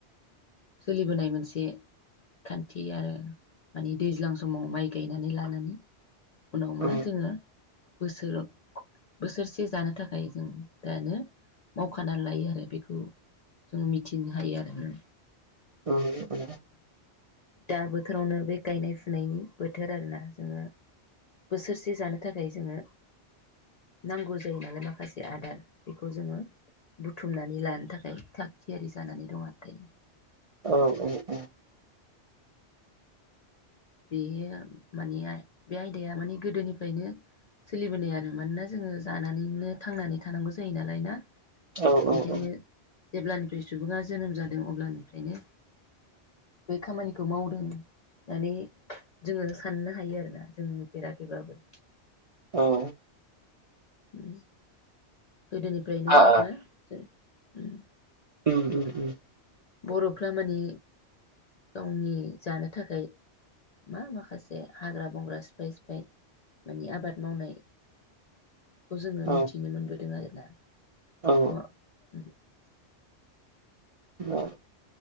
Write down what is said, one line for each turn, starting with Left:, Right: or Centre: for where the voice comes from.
Left: सोलिबोनाय मोनसे खान्थि आरो माने दैज्लां समाव माइ गायनानै लानानै। उनाव मा
Right: औ
Left: जोङो। बोसोराव बोसोरसे जानो थाखाय जों दानो मावखाना लायो आरो बेखौ जों मिथिनो हायो आरो होम
Right: ओ ओ
Left: दा बोथोरावनो बे गायनाय फुनायनि बोथोर आरोना जोङो बोसोरसे जानो थाखाय जोङो नांगौ जायो नालाय माखासे आदार बेखौ जोङो बुथुमनानै लानो थाखाय थाग थियारि जानानै दं आरो दायो।
Right: औ औ औ।
Left: बेयो माने आय बे आयदाया माने गोदोनिफ्रायनो सोलिबोनाय आरो मानोना जोङो जानानैनो थांनानै थानांगौ जायो नालाय ना?
Right: औ औ
Left: बेखायनो
Right: औ।
Left: जेब्लानिफ्राय सुबुङा जोनोम जादों अब्लानिफ्रायनो बै खामानिखौ मावदों होनानै जोङो साननो हायो आरो ना जों नुफेराखैबाबो।
Right: औ।
Left: उम गोदोनिफ्रायनो
Right: औ
Left: मा जों? उम।
Right: <unintelligible>
Left: बर'फ्रा माने गावनि जानो थाखाय मा माखासे हाग्रा बंग्रा सिफाय सिफाय माने आबाद मावनाय खौ जोङो
Right: औ
Left: मिथिनो मोनबोदों आरो। दा। <unintelligible>
Right: औ <unintelligible>